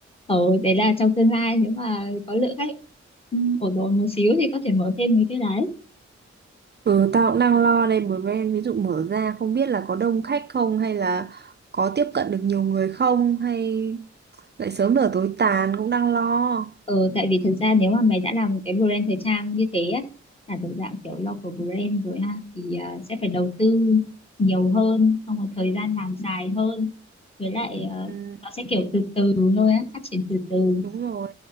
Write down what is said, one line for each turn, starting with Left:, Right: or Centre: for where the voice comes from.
Left: ừ, đấy là trong tương lai nếu mà có lượng khách ừ, ổn ổn một xíu thì có thể mở thêm mấy cái đấy
Right: Ừ, tao cũng đang lo đây brand ví dụ mở ra không biết là có đông khách không hay là có tiếp cận được nhiều người không hay lại sớm nở tối tàn cũng đang lo.
Left: ừ, tại vì thực ra nếu mà mày đã làm cái brand thời trang như thế á, là thuộc dạng kiểu local brand rồi ha thì ờ, sẽ phải đầu tư nhiều hơn xong rồi thời gian làm dài hơn với lại ờ,
Right: Ừ,
Left: nó sẽ kiểu từ từ thôi á phát triển từ từ
Right: đúng rồi.